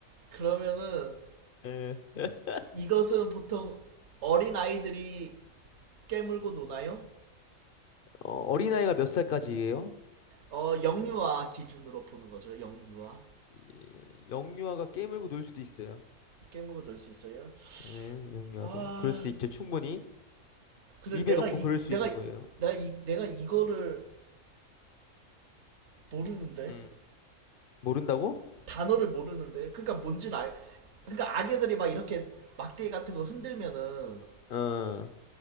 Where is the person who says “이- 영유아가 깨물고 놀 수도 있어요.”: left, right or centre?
Left